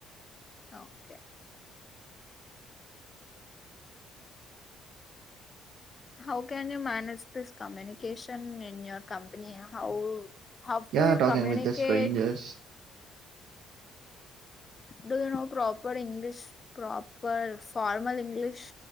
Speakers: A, on the left (about 25°); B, on the right (about 70°).
A: okay how can you manage this communication in your company how how
B: yeah
A: ూ you
B: talking
A: communicate
B: with the strangers
A: do you know proper English proper far Kamal English